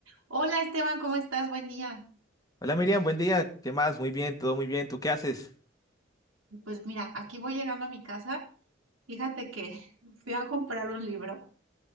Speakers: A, on the right (about 85°); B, on the left (about 20°).
A: Hola Esteban, ¿cómo estás? Buen día.
B: Hola Miriam, buen día. ¿Qué más? Muy bien, todo muy bien. ¿Tú qué haces?
A: Pues mira, aquí voy llegando a mi casa. Fíjate que <laughs> fui a comprar un libro